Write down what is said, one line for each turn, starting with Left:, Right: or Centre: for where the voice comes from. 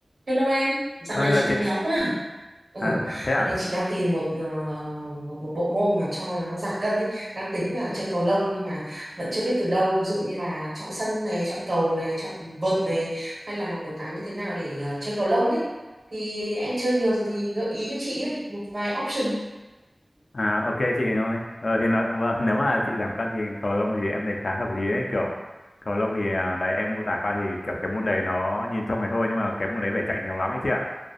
Right: Hello em, dạo
Left: Ờ,
Right: này
Left: hello
Right: chị đang
Left: chị.
Right: béo quá. à? Ừ,
Left: À, dạ, thế ạ?
Right: dạo này chị đang tìm một, ờ, một một bộ môn mà cho nó giảm cân đi. Đang tính là chơi cầu lông nhưng mà vẫn chưa biết từ đâu. Ví dụ như là chọn sân này, chọn cầu này, chọn vợt này, hay là mặc quần áo như thế nào để ờ, chơi cầu lông ấy. Thì em chơi nhiều rồi thì gợi ý cho chị ấy một vài option.
Left: À, ok chị thôi. Ờ, thì nói, vâng, nếu mà chị giảm cân thì cầu lông thì em thấy khá hợp lý ấy. Kiểu cầu lông thì à, đấy em mô tả qua thì kiểu cái môn đấy nó nhìn trông này thôi nhưng mà cái môn đấy phải chạy nhiều lắm ấy chị ạ.